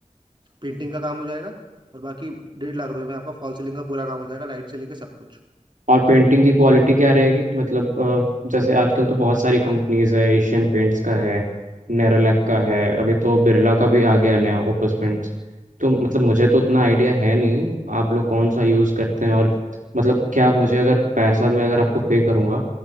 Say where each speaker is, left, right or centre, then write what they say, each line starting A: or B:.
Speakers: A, on the right (about 35°); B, on the right (about 70°).
A: पेंटिंग का काम हो जाएगा और बाकी डेढ़ लाख रुपए में आपका फॉल सीलिंग का पूरा काम हो जाएगा लाइट से लेकर सब कुछ
B: और पेंटिंग की क्वालिटी क्या रहेगी मतलब अ, जैसे आजकल तो बहुत सारी कंपनीज है एशियन पेंट्स का है नेरोलैक का है अभी तो बिरला का भी आ गया नया ओपस पेंट्स तो मतलब मुझे तो उतना आइडिया है नहीं आप लोग कौन सा यूज़ करते हैं और मतलब क्या मुझे अगर पैसा मैं अगर आपको पे करूँगा